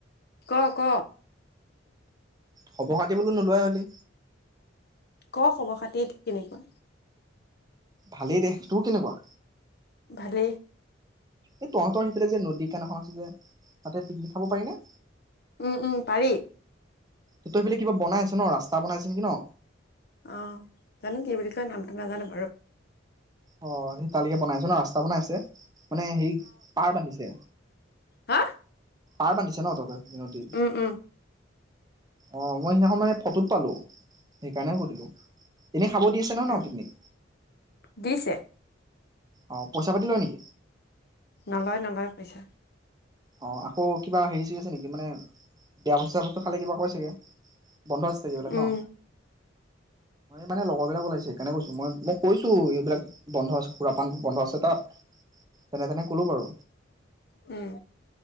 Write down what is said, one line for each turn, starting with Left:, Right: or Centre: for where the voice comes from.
Left: ক, ক?
Right: খবৰ খাতি বোলো নোলোৱাই হলি।
Left: ক খবৰ খাতি কেনেকুৱা?
Right: ভালেই দেহ, তোৰ কেনেকুৱা?
Left: ভালেই।
Right: এই তহঁতৰ হেই পিলে যে নদী কেন এখন আছিল যে তাতে পিকনিক খাব পাৰি নে?
Left: উম উম পাৰি।
Right: তহঁতৰ সেইফালে কিবা বনাই আছে ন ৰাস্তা বনাই আছে নেকি ন?
Left: অঁ জানো কি বুলি কয়? নামটো নাজানো বাৰু।
Right: অঁ সেই তালেকে বনাইছে ন ৰাস্তা বনাই আছে, মানে হেৰি পাৰ বান্ধিছে।
Left: হাঁ?
Right: পাৰ বান্ধিছে ন তহঁতৰ নদি?
Left: উম উম
Right: অ' মই সেইদিনাখন মানে ফটোত পালো। সেইকাৰণে সুধিলো। এনে খাব দিছে ন
Left: অ
Right: নহয় ন পিকনিক?
Left: দিছে।
Right: অ', পইচা পাতি লয় নেকি?
Left: নলয় নলয় পইচা।
Right: অ', আকৌ কিবা হেৰি চেৰী আছে নেকি মানে বেয়া বস্তু বস্তু খালে কিবা কয় চাগে? বন্ধ আছে চাগে এইবিলাক
Left: উম
Right: ন? মানে লগৰ বিলাক ওলাইছে সেইকাৰনে কৈছো মই মোক কৈছো এইবিলাক বন্ধ আছে সুৰা পানটো বন্ধ আছে তাত তেনে তেনে ক'লো বাৰু।
Left: উম।